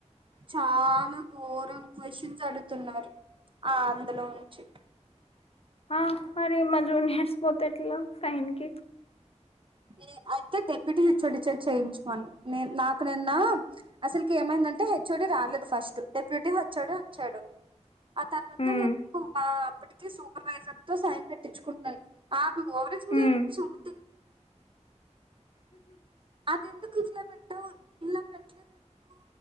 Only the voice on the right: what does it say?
చాలా గోరం క్వషన్స్ అడుగుతున్నారు ఆ అందులో నుంచి
ఏ అయితే డెప్యూటీ హెచ్ఓడి చ చెక్ చేయించమను నే నాకు నిన్న అసలుకి ఏమైందంటే హెచ్ఓడి రాలేదు ఫస్ట్ డెప్యూటీ హేజ్ఓడి వచ్చాడు ఆ తర్వాత
నేను మా అప్పటికి సూపర్వైజర్ తో సైన్ పెట్టించుకున్నాను ఆ ఓవరాక్షన్
చెస్ స్వాతి అది ఎందుకు ఇట్లా పెట్టవు ఇలా పెట్టలేదు ఎందుకు